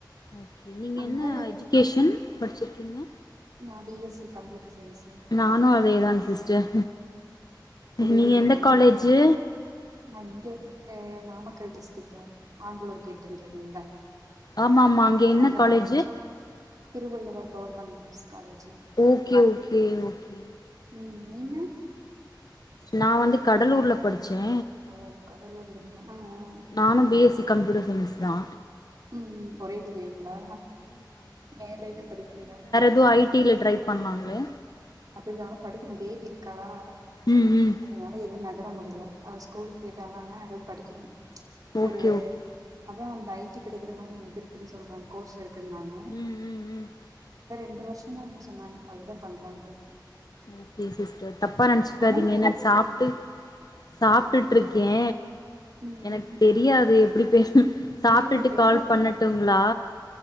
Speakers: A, on the left; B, on the right.
A: ஓகே நீங்க
B: அங்க
A: என்ன எஜிகேஷன் படிச்சிருக்கீங்க
B: நான் B S C computer science
A: நானு அதேதாங் சிஸ்டர்
B: ஒரே
A: நீங்க
B: டிகிரிங்களா
A: எந்த காலேஜு
B: நா இங்க எ நாமக்கல் டிஸ்டிக்கு ஆண்டியூர் கேட்டன்ருக்குங்ள
A: ஆமா ஆமா என்ன
B: அங்க
A: காலேஜு
B: தா முடிச் திருவள்ளுவர் கவர்மெண்ட்ஸ் மென்ட்ஸ் காலேஜி
A: ஓகே ஓகே ஓகே
B: ம் நீங்க
A: நா வந்து கடலூர்ல படிச்சே
B: ஓ கடலூர்லிங்ளா ஆ ஆ
A: நானு B S C computer science தா
B: ம் ம் ஒரே டிகிரிங்ளா மேல எது படிக்கலையா
A: ஏதோ ஐ டில ட்ரை பண்ணாங்ளே
B: அதுதான படிக்கணு பேபி இருக்காளா
A: ம் ம்
B: அதனால எதுவு நகர முடியல அவ ஸ்கூலுக்கு போயிட்டாலானா எது படிக்கணு
A: ஓகே
B: ஒரு
A: ஓகே
B: அதா அந்த ஐ டி படிக்கிற மாரி எது இருக்குன்னு சொல்றாங்க கோர்ஸ் இருக்குன்னாங்க
A: ம் ம் ம்
B: அ ரெண்டு வருஷமா என்னமோ சொன்னாங்க அதுதா பண்லான்ட்டு
A: ஓகே சிஸ்டர் தப்பா நெனைச்சக்காதீங்க
B: ஆனா இப்போ
A: ஏனா சாப்ட்டு சாப் ட்டுட்டுருக்கே
B: ஆ ம்
A: எனக்கு தெரியாது எப்படி பேசனு சாப்ட்டுட்டு
B: ஐயோ இதுல பேசாதீங்க
A: கால் பண்ணட்டுங்ளா